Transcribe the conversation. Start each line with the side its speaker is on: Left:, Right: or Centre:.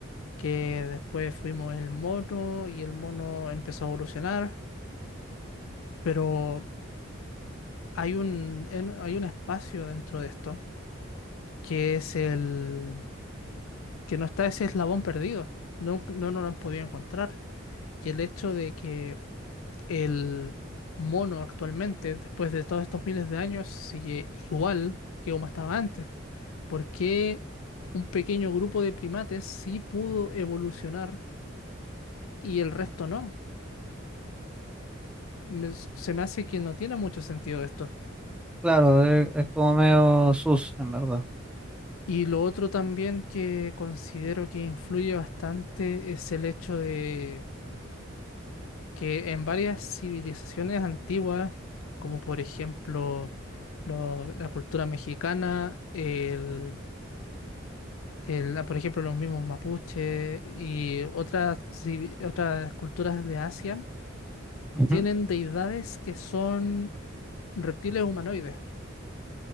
Left: que después fuimos el mono y el mono empezó a evolucionar, pero hay un, en- hay un espacio dentro de esto que es el que no está ese eslabón perdido, no, no, nos lo han podido encontrar. Y el hecho de que el mono actualmente, después de todos estos miles de años, sigue igual que como estaba antes. ¿Por qué un pequeño grupo de primates sí pudo evolucionar y el resto no? me- se me hace que no tiene mucho sentido esto.
Centre: Claro, es, es como medio sus, en verdad.
Left: Y lo otro también que considero que influye bastante es el hecho de que en varias civilizaciones antiguas, como por ejemplo lo- la cultura mexicana, el, el- ah, por ejemplo los mismos mapuches y otras, civi- otras culturas de Asia,
Centre: Ujú.
Left: tienen deidades que son reptiles humanoides.